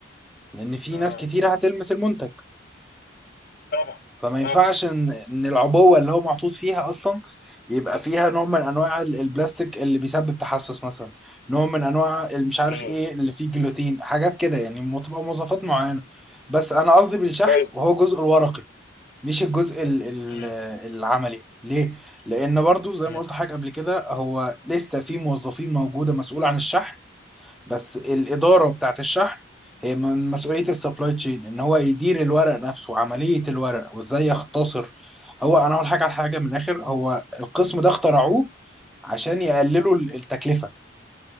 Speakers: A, in the centre; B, on the left (about 50°).
A: لأن في
B: اه
A: ناس كتيرة هتلمس المنتج
B: طبعا
A: فما ينفعش
B: طبعا
A: إن إن العبوة اللي هو محطوط فيها أصلا يبقى فيها نوع من أنواع ال- البلاستيك اللي بيسبب تحسس مثلا نوع من أنواع ال- مش عارف
B: امم
A: إيه اللي فيه جلوتين حاجات كده يعني م- تبقى مواصفات معينة بس أنا قصدي بالشحن
B: ايوه
A: وهو الجزء الورقي مش الجزء ال ال
B: امم
A: العملي ليه؟ لأن برضو زي
B: امم
A: ما قلت حاجة قبل كده هو لسه في موظفين موجودة مسؤولة عن الشحن بس الإدارة بتاعت الشحن هي من مسؤولية السبلاي تشين إن هو يدير الورق نفسه عملية الورق وإزاي يختصر هو أنا أقول حاجة على حاجة من الآخر هو القسم ده اخترعوه عشان يقللوا ال- التكلفة